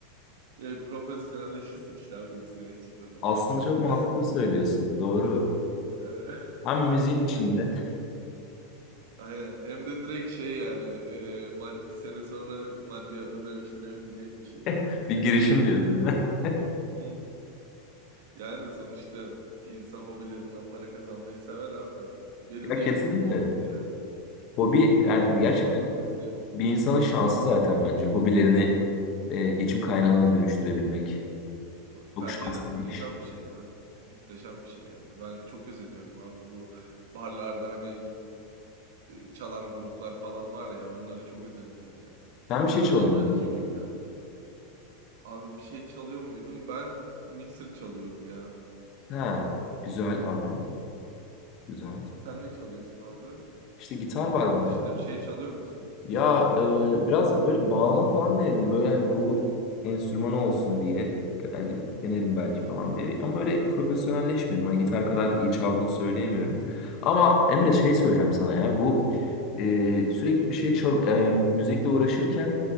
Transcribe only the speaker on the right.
Yani profesyonelleşirsin işte abi bir sene içinde davul
işinde.
<laughs>
E,
<laughs> Aynen. Hem de direkt şey yani e, ma- bir sene sonra maddiyata dönüştürebileceğin bir şey belki
yani.
<laughs> Hı. Yani sonuçta insan hobilerinden para kazanmayı sever abi. Benim
de
yazılım hobimdi yani.
Sonradan mesleğim oldu.
Hı.
Bence
de muhteşem
bir şey ya. Muhteşem bir şey yani. Ben çok özeniyorum abi bu barlarda hani e, çalan gruplar falan var ya onları çok özeniyorum yani.
Adamların
çünkü Abi bir şey çalıyor muydum? Ben mixer çalıyorum ya.
Sen ne çalıyorsun abi?
Gitar
dışında bir şey çalıyor musun?
Hı
hı.
Hı hı.